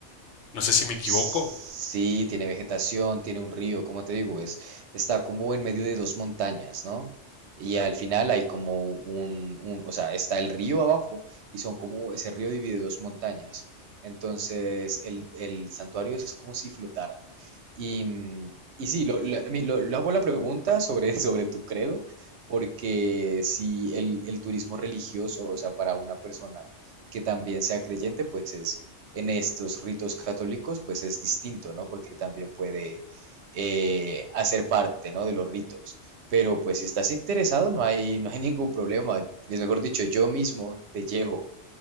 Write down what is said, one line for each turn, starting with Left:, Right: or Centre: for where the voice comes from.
Left: No sé si me equivoco.
Right: Sí, tiene vegetación, tiene un río, como te digo, es, está como en medio de dos montañas, ¿no? Y al final hay como un, un- o sea, está el río abajo y son como, ese río divide dos montañas. Entonces, el, el santuario es como si flotara. Y, mm, y sí, lo, lo- a mí lo- lo hago la pregunta sobre, <laughs> sobre tu credo, porque si el, el turismo religioso, o sea, para una persona que también sea creyente, pues es en estos ritos católicos, pues es distinto, ¿no? Porque también puede eh, hacer parte, ¿no? De los ritos. Pero pues si estás interesado, no hay, <laughs> no hay ningún problema. Es mejor dicho, yo mismo te llevo.